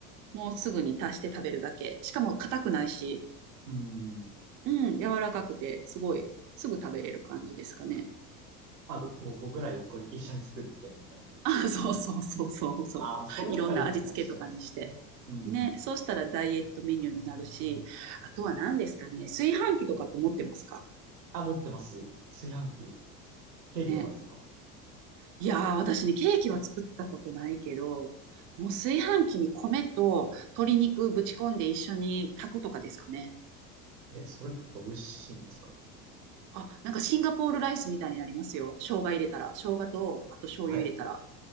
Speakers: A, on the right; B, on the right.
A: もうすぐに足して食べるだけ。
B: あ、
A: しかも硬くないし、
B: うーん。
A: うん、柔らかくて、すごい、すぐ食べれる感じですかね。
B: まあ、5、個ぐらい、これ一緒に作って、みたいな。
A: あ、そうそうそうそうそう。
B: ああ、それだったらいいかもしれないですね。
A: いろんな味付けとかにして。
B: うん。
A: ね、そうしたらダイエットメニューになるし、あとは何ですかね。炊飯器とかって持ってますか
B: あ、持ってます。炊飯器。ケーキとかですか
A: ね。いやー、私ね、ケーキは作ったことないけど、もう炊飯器に米と鶏肉ぶち込んで一緒に炊くとかですかね。
B: え、それって美味しいんですか
A: あ、なんかシンガポールライスみたいになりますよ。生姜入れたら。生姜と、あと醤油入れたら。
B: はい。